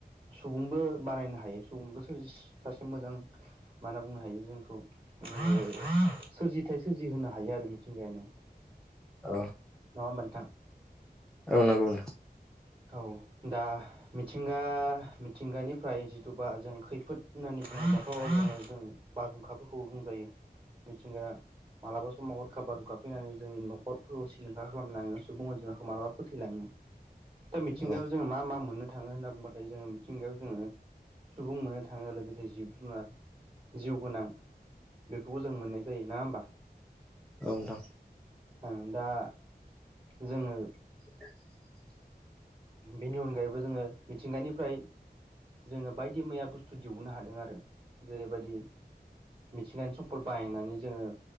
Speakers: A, on the right (about 30°); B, in the centre.
A: सुबुंबो बानायनो हायो सुबुंबो सोरजिस सासे मोजां मा बुंनो हायो जोंखौ ओ सोरजिथाय सोरजिहोनो हायो आरो मिथिंगायानो।
B: अ।
A: नङा नोंथां?
B: ओ नांगौ नो
A: औ दा मिथिंगा मिथिंगानिफ्राय जिथुबा जों खैफोद होननानै बुंङोबाथ' जोङो जों बारहुंखाफोरखौबो बुंजायो मिथिंगा मालाबा समाव हरखाब बारहुंखा फैनानै जोंनि न'खरफोरखौ सिलिंखार खालामलाङो सुबुं अनजिमाखौ मालाबा फोथैलाङो। दा मिथिंगायाव
B: औ
A: जोङो मा-मा मोनो? थाङो होनना बुंबाथाय जोङो मिथिंगायाव जोङो सुबुं मोननो थाङो लोगोसे जिब जुनार जिउ गोनां बेफोरखौ जों मोननाय जायो। नङा होमबा?
B: औ नोंथां।
A: ओ दा जोङो
B: <inaudible>
A: बेनि अनगायैबो जोङो मिथिंगानिफ्राय जोङो बायदि मैया बुस्थु दिहुननो हादों आरो। जेरैबायदि मिथिंगानि सम्द बाहायनानै जोङो